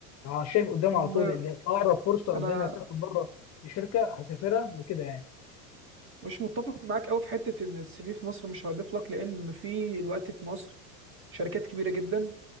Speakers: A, on the left (about 35°); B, on the right (about 25°).
A: أنا شايف قدامي
B: م-
A: على طول اللي اقرب فرصه
B: انا
A: قدامي اسافر بره لشركه هسافرها وكده يعني
B: مش متفق معاك قوي في حته ان السي في في مصر مش هيضيف لك لان في الوقت في مصر شركات كبيره جدا